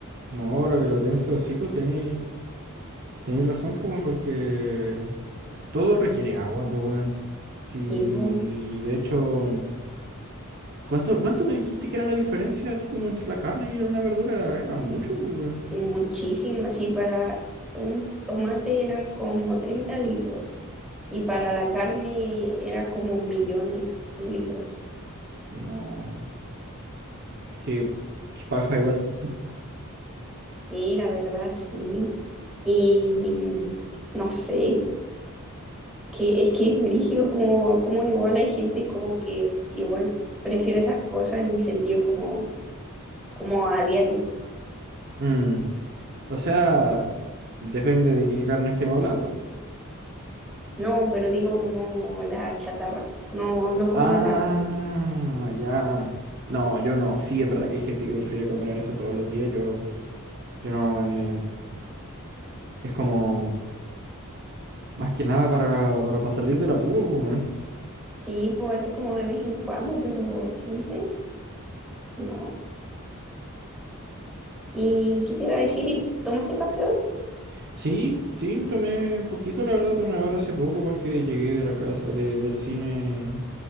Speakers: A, on the right; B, in the centre.
A: No, ahora que lo pienso, sí, pues tenéis razón, pues, weón, porque todo requiere agua, pues, weón. Sí,
B: Sí, bo-
A: y de hecho, ¿cuánto, cuánto me dijiste que era la diferencia así como entre la carne y una verdura? Era, era mucho, pues, weón.
B: muchísimo. Sí, para un tomate eran como 30 litros y para la carne era como millones de litros.
A: <gasps> No. Es que, que paja igual.
B: Sí, la verdad, sí. Y mm, no sé. que es que es brígido como, como igual hay gente como que igual prefiere esas cosas en el sentido como, como a diario.
A: Mm, O sea, depende de qué carne estemos hablando.
B: No, pero digo como la chatarra, no, no como
A: Ah,
B: la carne.
A: ya. No, yo no. Sí, es verdad que hay gente que prefiere comer en eso todos los días. Yo, yo no, weón, eh, es como más que nada para, para, pa' salir del apuro, pues, weón.
B: Sí, pues así como de vez en cuando, pero siempre no. ¿Y qué te iba a decir? ¿Y tomaste café hoy?
A: Sí, sí, tomé poquito, la verdad, tomé ahora hace poco porque llegué de la casa, de- del cine